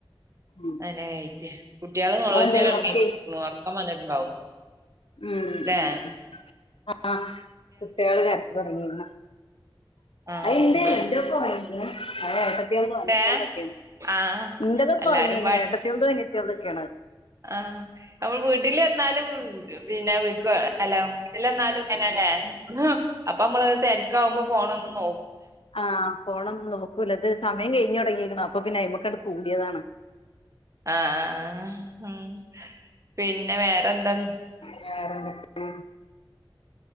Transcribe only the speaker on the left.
ഉം
നിങ്ങളെന്തേലും
വർക്ക്
ഉ
ഉ ആ കുട്ടികള് രച്ച തുടങ്ങിരുന്നു
അന്റെ ഇന്റെൊക്കെ വങ്ങുന്നു അ േത് വറ്റേറതൊക്കെയാണ്
ഇന്റതക്കെ
ഇറങ്ങീങ്ങ ഏട്ടത്തിുത് വ ചേറുതൊക്കെയണ
ആഹ് പോണം നോക്കൂല്ലത് സമയം കഴിഞ്ഞഞ് തുടങ്ങിരിക്കണം അപ്പൊ പിന്നെ അ്മക്കാണ് കൂടിയതാണ്
വേറെണ്ട